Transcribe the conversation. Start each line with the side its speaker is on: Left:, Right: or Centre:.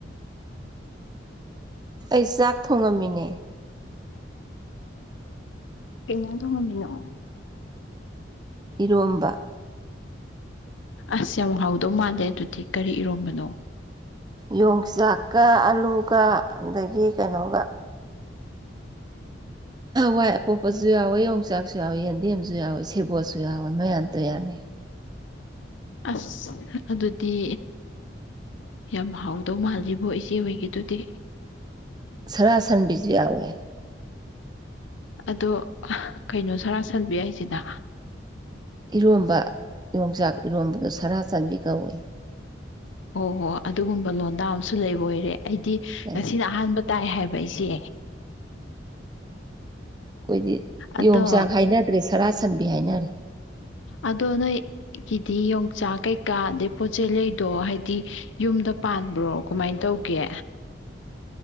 Right: ꯑꯩ ꯆꯥꯛ ꯊꯣꯡꯉꯝꯃꯤꯅꯦ꯫
Left: ꯀꯩꯉꯥꯡ ꯊꯣꯡꯉꯝꯃꯤꯅꯣ?
Right: ꯏꯔꯣꯝꯕ꯫
Left: ꯑꯁ ꯌꯥꯝ ꯍꯥꯎꯗꯧ ꯃꯥꯜꯂꯦ ꯑꯗꯨꯗꯤ ꯀꯔꯤ ꯏꯔꯣꯝꯕꯅꯣ?
Right: ꯌꯣꯡꯆꯥꯛꯀ ꯑꯂꯨꯒ ꯑꯗꯒꯤ ꯀꯩꯅꯣꯒ ꯋꯥꯏ ꯑꯄꯣꯛꯞꯄꯁꯨ ꯌꯥꯎꯋꯦ ꯌꯣꯡꯆꯥꯛꯁꯨ ꯌꯥꯎꯋꯦ ꯌꯦꯟꯗꯦꯝꯁꯨ ꯌꯥꯎꯋꯤ ꯁꯦꯕꯣꯠꯁꯨ ꯌꯥꯎꯋꯦ ꯃꯌꯥꯝ ꯇꯣ ꯌꯥꯅꯤ꯫
Left: ꯑꯁ ꯑꯗꯨꯗꯤ ꯌꯥꯝ ꯍꯥꯎꯗꯧ ꯃꯥꯜꯂꯤꯔꯤꯕꯣ ꯏꯆꯦ ꯑꯣꯏꯒꯦꯗꯨꯗꯤ
Right: ꯁꯔꯁꯟꯕꯤꯁꯨ ꯌꯥꯎꯋꯦ ꯫
Left: ꯑꯗꯣ ꯀꯩꯅꯣ ꯁꯥꯔ ꯁꯟꯕꯤ ꯍꯥꯏꯏꯁꯤꯅ
Right: ꯏꯔꯣꯝꯕ ꯌꯣꯡꯆꯥꯛ ꯏꯔꯣꯝꯕꯗ ꯁꯔꯥ ꯆꯥꯟꯕꯤ ꯀꯧꯏꯤ꯫
Left: ꯑꯣꯍꯣ ꯑꯗꯨꯒꯨꯝꯕ ꯂꯣꯟꯗꯥ ꯑꯃꯁꯨ ꯂꯩꯕ ꯑꯣꯏꯔꯦ ꯑꯩꯗꯤ
Right: ꯂꯩ
Left: ꯉꯁꯤꯅ ꯑꯍꯥꯟꯕ ꯇꯥꯏ ꯍꯥꯏꯕ ꯏꯆꯦ꯫
Right: ꯑꯩꯈꯣꯏꯗꯤ
Left: ꯑꯗꯣ
Right: ꯌꯣꯡꯆꯥꯛ ꯍꯥꯏꯅꯗ꯭ꯔꯦ ꯁꯔꯥ ꯁꯟꯕꯤ ꯍꯥꯏꯅꯔꯦ
Left: ꯑꯗꯣ ꯅꯣꯢ ꯀꯗꯤ ꯌꯣꯡꯆꯥꯛ ꯀꯩꯀꯥ ꯑꯗꯩ ꯄꯣꯠꯆꯩ ꯂꯩꯗꯣ ꯍꯥꯏꯗꯤ ꯌꯨꯝꯗ ꯄꯥꯟꯕ꯭ꯔꯣ? ꯀꯃꯥꯏꯅ ꯇꯧꯒꯦ꯫